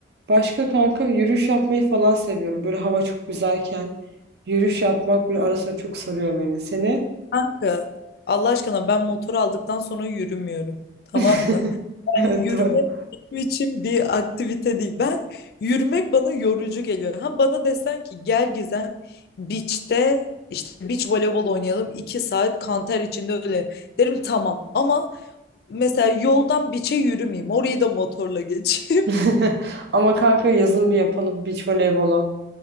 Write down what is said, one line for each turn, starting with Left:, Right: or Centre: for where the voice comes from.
Right: Başka kanka yürüyüş yapmayı falan seviyorum. Böyle hava çok güzelken yürüyüş yapmak böyle arası çok sarıyor beni. Seni?
Left: Kanka Allah aşkına ben motor aldıktan sonra yürümüyorum. Tamam
Right: <laughs>
Left: mı?
Right: Evet
Left: Yani Yürümek
Right: doğru.
Left: benim için bir aktivite değil. Ben yürümek bana yorucu geliyor. Ha bana desen ki gel Gizem beach'te işte beach voleybol oynayalım. iki saat kanter içinde öyle derim tamam. Ama mesela yoldan beach'e yürümeyeyim. Orayı da motorla geçeyim.
Right: <laughs> Ama kanka yazın bir yapalım beach voleybolu.